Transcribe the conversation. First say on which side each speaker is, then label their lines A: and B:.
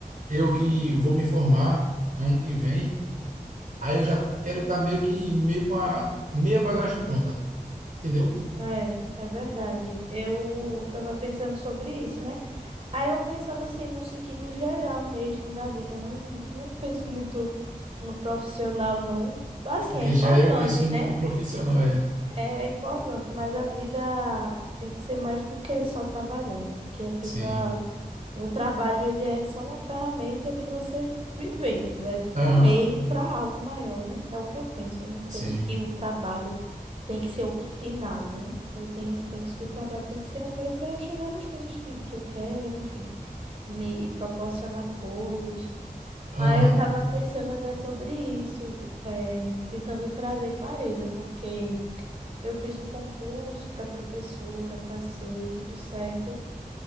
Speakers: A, on the right (about 55°); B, on the right (about 40°).
A: eu que vou me formar ano que vem, aí eu já quero estar meio que meio com a meia bagagem pronta, entendeu?
B: É, é verdade. Eu tava pensando sobre isso, né? Aí eu pensando assim, no sentido geral mesmo da vida. Não, eu não penso muito no profissional, não. Assim,
A: É porque
B: é importante,
A: já eu penso muito
B: né?
A: no profissional, é.
B: É importante, mas a vida tem que ser mais do que só trabalhar, né? Porque a pessoa
A: Sim.
B: O trabalho, ele é só uma ferramenta de você viver, é tipo
A: Aham.
B: um meio para algo maior, né? É o que eu penso. Eu não penso
A: Sim.
B: que o trabalho tem que ser o final, né? Eu tenho, penso que o trabalho tem que ser um meio para eu chegar nas coisas que, que eu quero, enfim, me proporcionar coisas.
A: Aham.
B: Aí eu estava pensando até sobre isso, eh, tentando trazer clareza, porque eu fiz o concurso para professora, passei, tudo certo